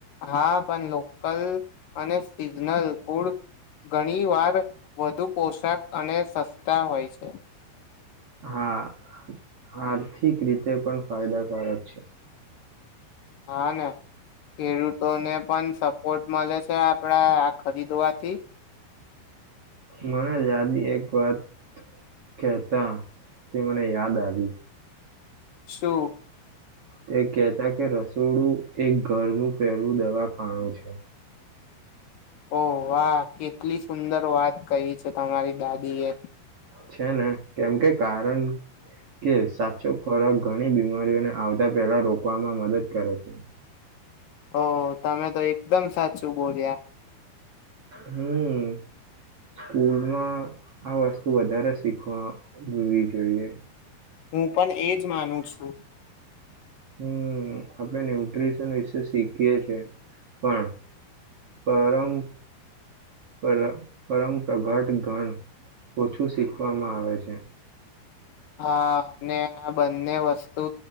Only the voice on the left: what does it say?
હા પણ લોકલ અને સીઝનલ ફૂડ ઘણી વાર વધુ પોશાક અને સસ્તા હોય છે
હા ને ખેડૂતોને પણ સપોર્ટ મળે છે આપડા આ ખરીદવાથી
શું
ઓહ વાહ કેટલી સુંદર વાત કરી છે તમારી દાદીએ
ઓ તમે તો એકદમ સાચું બોલ્યા
હું પણ એજ માનું છું
હા અને આ બંને વસ્તુ